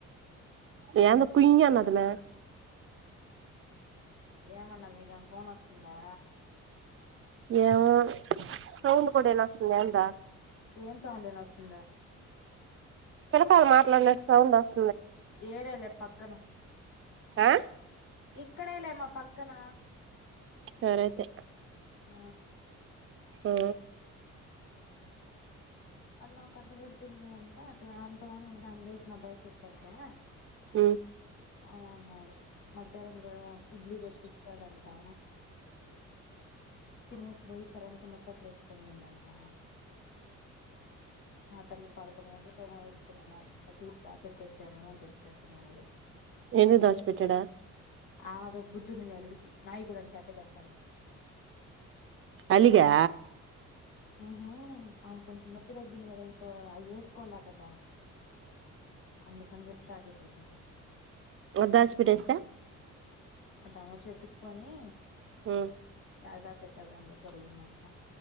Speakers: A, on the right; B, on the left.
A: యామె కుయ్ అన్నది మే
B: ఏమన్నది నీకేమన్నా ఫోన్ వస్తుందా
A: ఏమో సౌండ్ కూడా వినస్తుంది ఏందా
B: ఏం సౌండ్ ఇనస్తుందా
A: పిలకాయలు మాట్లాడినట్టు సౌండస్
B: ఈడేలేె పక్కన
A: ఆ
B: ఇక్కడేలే మా పక్కన
A: సరే ఐతే
B: ఆ
A: పో
B: ఆమె నాకు ఎట్టా చెప్పింది అంటే <unintelligible> లేచి నా బైక్ కెక్కద్దా
A: ఊ
B: అవునన్నాడు మధ్యానం కూడా <inaudible> ఇడ్లీ తెచ్చిచ్చాడంటా తినేసి భోయి చరణతో ముచ్చట్లు ఏసు కొండిందంట మాతర్లు పదకొండు గంటలకు ఏమో వేసుకున్న తీసి దాసి పెట్టేసాను అని చెప్పి చెప్పినాడు.
A: ఎందుకు దాచిపెట్టాడు
B: ఆ అదొక బుద్ధుంది మీ అల్లుడికి నాయి కూడా అంతే అట్టే చేస్తాడు
A: అలిగా
B: ఉహు అయనకు కొంచెం నొప్పి తగ్గింది కదా ఇంక అవి వేసుకోలా కద అందుకని చెప్పి దాపెట్టి ఉంటాడు
A: వాడు దాసి పెట్టేస్తే
B: అడమ చేతుక్కొని
A: ఆ
B: యాడ దాపెట్టావురా అని చెప్పి అడిగిందట